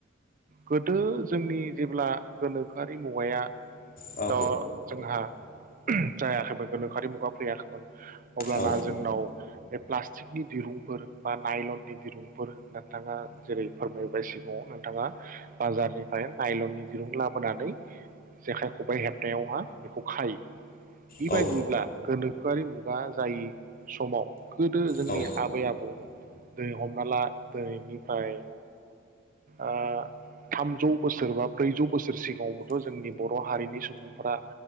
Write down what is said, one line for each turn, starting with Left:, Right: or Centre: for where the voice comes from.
Right: गोदो जोंनि जेब्ला गोनोखोआरि मुवाया
Left: औ
Right: दा जोंहा ओम जायाखैमोन गोनोखोआरि मुगा फैयाखैमोन अब्लाना
Left: औ
Right: जोंनाव बे प्लास्ट थिकनि दिरुंफोर बा नायलननि दिरुंफोर नोंथाङा जेरै फोरमायबाय सिगाङाव नोंथाङा बाजारनिफ्राय नायलननि दिरुं लाबोनानै जेखाइ खबाइ हेबनायावहा बेखौ खायो। बेबायदिब्ला
Left: औ
Right: गोनोखोआरि मुगा जायि समाव गोदो जोंनि
Left: औ
Right: आबै आबौमोन दिनै हम माला दोनैनिफ्राय आ थामजौ बोसोर बा ब्रैजौ बोसोर सिगाङावबोथ जोंनि बर हारिनि सुबुंफोरा